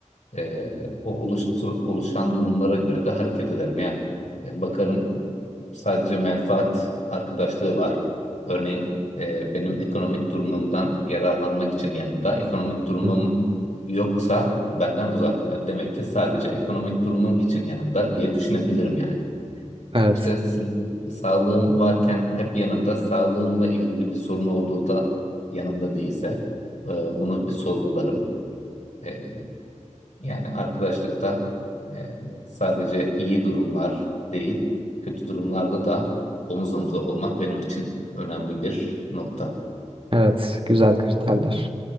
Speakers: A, on the left; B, on the right.
A: E, o oluştur, oluşan durumlara göre de hareket ederim. Yani e, bakarım sadece menfaat arkadaşlığı var. Örneğin e, benim ekonomik durumumdan yararlanmak için yanımda. Ekonomik durumum
B: Hı.
A: yoksa benden uzak. E, Demek ki sadece ekonomik durumum için yanımda diye düşünebilirim yani.
B: Evet,
A: İşte sa- sağlığım varken hep yanımda, sağlığımla ilgili bir sorun olduğu da yanımda değilse e, bunu bir sorgularım. E, yani arkadaşlıkta e, sadece iyi durumlar değil, kötü durumlarda da omuz omuza olmak benim için önemli bir nokta.
B: evet güzel kriterler.